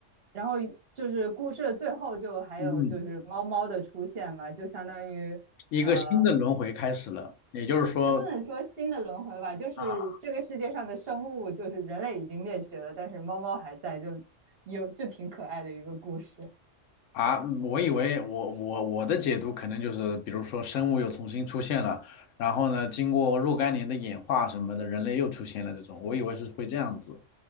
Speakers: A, on the right; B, on the left.
A: 然后就是故事的最后就还有就是猫猫的出现吧，
B: 嗯嗯，
A: 就相当于呃，
B: 一个新的轮回开始了，也就是说。
A: 也不能说新的轮回吧，就是这个世界上的生物，
B: 啊
A: 就是人类已经灭绝了，但是猫猫还在，就有就挺可爱的一个故事。
B: 啊，我以为我我我的解读可能就是，比如说生物又重新出现了，然后呢，经过若干年的演化什么的，人类又出现了这种，我以为是会这样子。